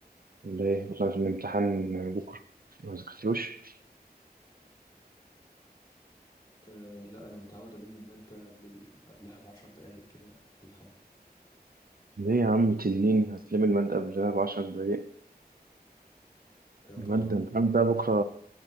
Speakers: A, on the right; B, on the left.
A: ولا إيه؟ ولا في الامتحان بكرة ما ذاكرتلوش؟
B: آه لا انا متعود الم الماده قبل ال... قبلها بعشر دقايق كده كل حاجه
A: ليه يا عم تنين هتلم المادة قبلها بعشر دقايق؟
B: ايوه
A: المادة
B: طبعا
A: الامتحان ده بكرة